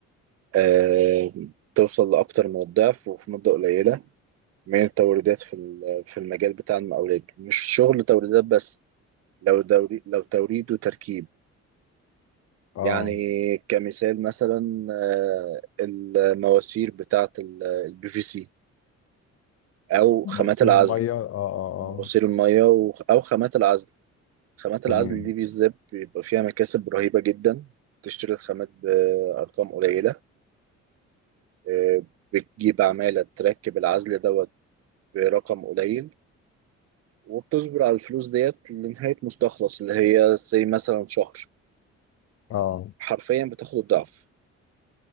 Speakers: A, on the right; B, on the left.
A: آه، توصل لأكتر من الضعف وفي مدة قليلة من التوريدات في ال- في المجال بتاع المقاولات مش شغل توريدات بس لو دوري لو توريد وتركيب
B: اه
A: يعني كمثال مثلا آه، المواسير بتاعة البي في سي أو
B: مواسير
A: خامات العزل
B: الميه اه اه اه
A: مواسير المية و- أو خامات العزل خامات
B: تمام
A: العزل دي بالذات بيبقى فيها مكاسب رهيبة جدا تشتري الخامات بأرقام قليلة آه، بتجيب عمالة تركب العزل دوت برقم قليل وبتصبر على الفلوس ديت لنهاية مستخلص اللي هي زي مثلا شهر
B: اه
A: حرفيا بتاخد الضعف